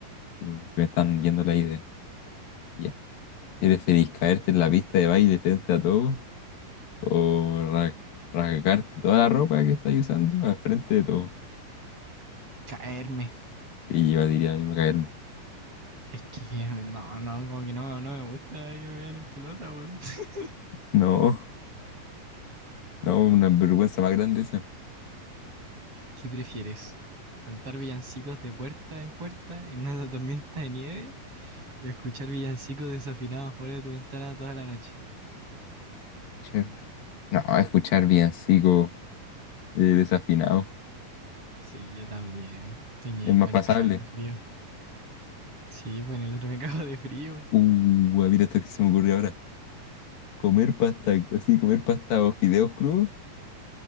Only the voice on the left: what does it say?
que se me están yendo la idea Ya, ¿prefieres caerte en la pista de baile frente a todos? O ra- rasgarte toda la ropa que estás usando al frente de todo.
Y yo diría a mí me caerme.
No, no, una vergüenza más grande esa.
Che, No, escuchar villancico eh, desafinado.
Es
más
pasable.
Uh, ah, mira esto que se me ocurrió ahora. Comer pasta, así, comer pasta o fideos crudos